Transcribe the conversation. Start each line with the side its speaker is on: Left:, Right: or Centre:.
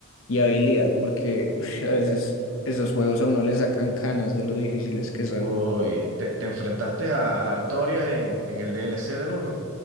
Left: y habilidad, porque uf, a veces esos juegos a uno le sacan canas de lo difíciles que son.
Right: Uy, te, te enfrentaste a Artorias en, en el DLC del uno